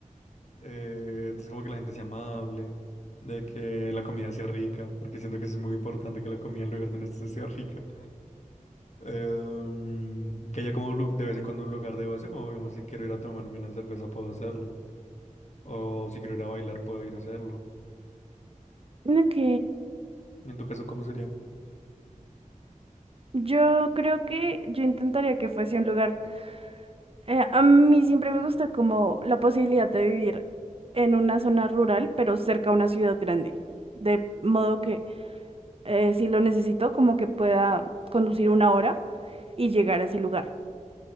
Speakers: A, on the left; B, on the right.
A: Eh, entonces como que la gente sea amable, de que la comida sea rica, porque siento que eso es muy importante que la comida en el lugar donde estés sea rica. Em, que haya como lu- de vez en cuando un lugar de ocio, como digamos, si quiero ir a tomarme una cerveza puedo hacerlo. O si quiero ir a bailar puedo ir a hacerlo.
B: Ok.
A: ¿Y en tu caso cómo sería?
B: Yo creo que yo intentaría que fuese un lugar. eh, a mí siempre me gusta como la posibilidad de vivir en una zona rural, pero cerca a una ciudad grande. De modo que eh, si lo necesito, como que pueda conducir una hora y llegar a ese lugar.